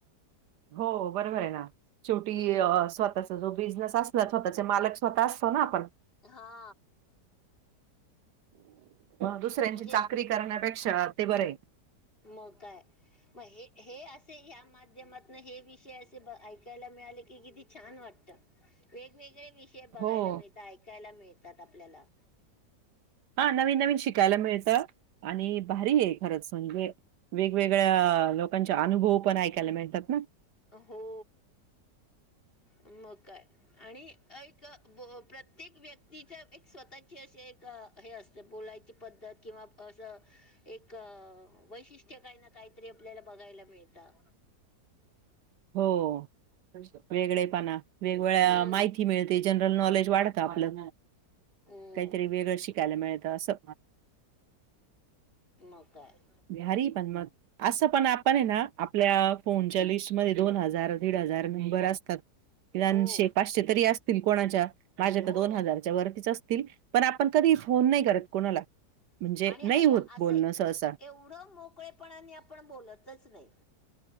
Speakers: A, on the right (about 75°); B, on the left (about 30°).
A: हो बरोबर आहे ना शेवटी
B: हम्म
A: अ स्वतः चा जो बिझनेस असला ना स्वतःचे मालक स्वतः असतो ना आपण
B: हा
A: दुसऱ्यांची
B: म्हणजे
A: चाकरी करण्यापेक्षा ते बरेय
B: मग काय हे हे असे या माध्यमातून हे विषय अस ते द ऐकायला मिळाले की किती छान वाटतं वेगवेगळे विषय बघायला
A: हो.
B: मिळ तं ऐकायला मिळतात आपल्याला
A: हा नवीन नवीन शिकायला मिळतं आणि भारी आहे खरंच म्हणजे वेगवेगळ्या लोकांचे अनुभव पण ऐकायला मिळतात ना
B: हो
A: <unintelligible>
B: मग काय आणि एक बो प्रत्येक व्यक्तीच्या एक स्वतःची असे एक हे असते. ते बोलायची पद्धत किंवा असं एक वैशिष्ट्य काही ना काहीतरी आपल्याला बघायला मिळतं
A: हो होयच तर वेगळेपणा वेगळ्या
B: हम्म
A: माहिती मिळते जनरल नॉलेज वाढत आपले
B: हम्म
A: काहीतरी वेगळं शि शिकायला मिळतं असं
B: मग काय
A: भारी पण मग असं पण आपण आहे ना आपल्या फोनच्या लिष्ट मधे दोन हजार दीड हजार मेंबर असतात निदान
B: हो
A: शे पाचशे तरी असतील कोणाच्या माझ्या कडं
B: हो
A: दोन हजारच्या वरतीच असतील पण आपण कधी फोन नाही करत कोणाला म्हणजे
B: आणि आ
A: नाही
B: ह्या
A: होत
B: असे
A: बोलणं सहसा.
B: एवढं मोकळेपणाने आपण बोलतच नाही